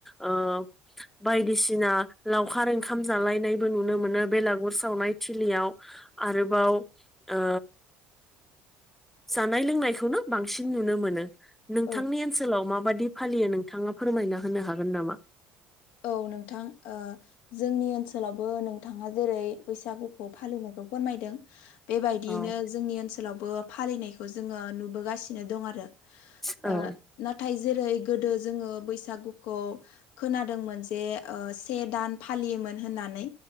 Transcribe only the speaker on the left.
औ
औ नोंथां ओ जोंनि ओनसोल ओनसोलावबो नोंथाङा जेरै बैसागुखौ फालिनायखौ फोरमायदों। बेबायदियैनो
जोंनि ओनसोलावबो फालिनायखौ जोङो नुबोगासिनो दं आरो।
ओ नाथाय जेरै गोदो जोङो बैसागुखौ खोना दोंमोन से दान फालियोमोन होननानै